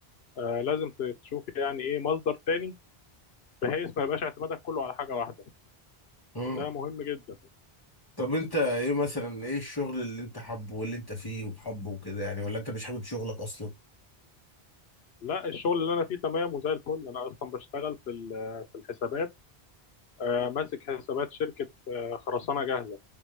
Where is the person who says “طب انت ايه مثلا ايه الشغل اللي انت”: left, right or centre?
Left